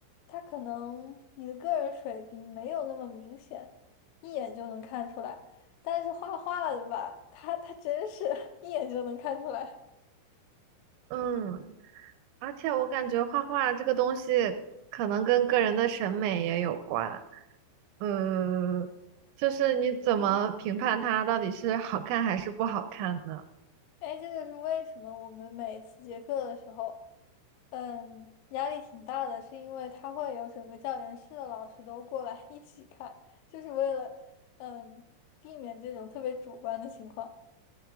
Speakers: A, on the left; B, on the right.
A: 他可能你的个人水平没有那么明显，一眼就能看出来。但是画画的吧，他他真是 <laughs> 一眼就能看出来。
B: 嗯，而且我感觉画画这个东西可能跟个人的审美也有关。嗯，就是你怎么评判它到底是好看还是不好看呢？
A: 嗯。哎，这就是为什么我们每一次结课的时候，嗯，压力挺大的，是因为他会有整个教研室的老师都过来 <laughs> 一起看，就是为了，嗯，避免这种特别主观的情况。